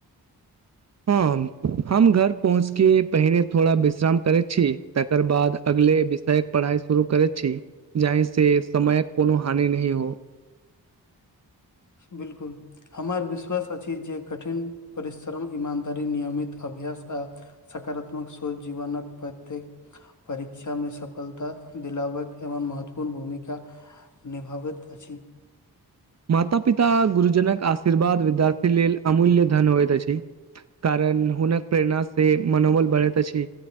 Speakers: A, on the right (about 45°); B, on the left (about 50°).
A: हम हम घर पहुँच के पहिरे थोड़ा विश्राम करे छी तकर बाद अगले विषय। पढ़ाई शुरू करे छी जाहि से समयक कोनो हानि नही हो।
B: बिलकुल। हमर विश्वास अछि जे कठिन परिश्रम ईमानदारी नियमित अभ्यास आ। सकारात्मक सोच जीवनक प्रत्येक। परीक्षा मे सफलता दिलावक एवं महत्वपूर्ण भूमिका निभऽबैत अछि।
A: माता पिता, गुरुजनक आशीर्बाद विद्यार्थी लेल, अमूल्य धन होइत अछि। कारण, हुनक प्रेरणा से मनोबल बढ़ैत अछि।